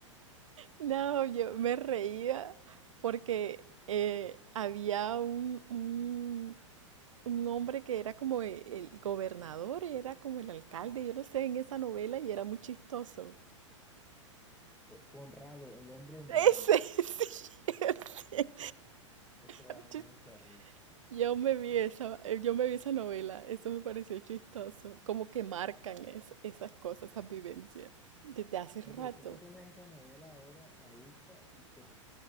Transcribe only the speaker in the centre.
Conrado, el hombre honrado,
eso, eso daba
mucha risa.
No,
pero tú te pones esa novela ahora, la buscas y te po-